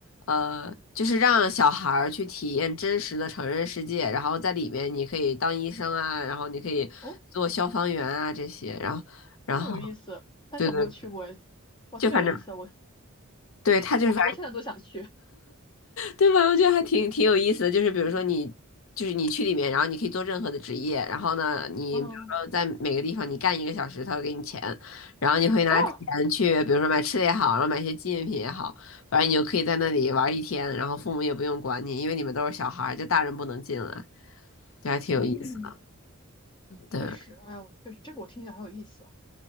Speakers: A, on the left; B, on the left.
A: 呃，就是让小孩儿去体验真实的成人世界，然后在里面你可以当医生啊，然后你可以做消防员啊这些，
B: 哦，
A: 然后然后
B: 这么有意思，但是我没有去过诶。
A: 对对，
B: 哇，
A: 就反正
B: 这么有意思，我
A: 对，他就是
B: 我我现在都想去。
A: 对吧？我觉得还挺挺有意思的，就是比如说你，就是你去里面，然后你可以做任何的职业，然后呢，你比如说在每个地方你干一个小时，
B: 嗯
A: 他会给你钱，然后你会拿钱去，
B: <laughs>，哦，
A: 比如说买吃的也好，然后买一些纪念品也好，反正你就可以在那里玩一天，然后父母也不用管你，因为你们都是小孩儿，就大人不能进来，就还挺有意思的。
B: 嗯，确实，
A: 对
B: 哎，我确实这个我听起来很有意思啊，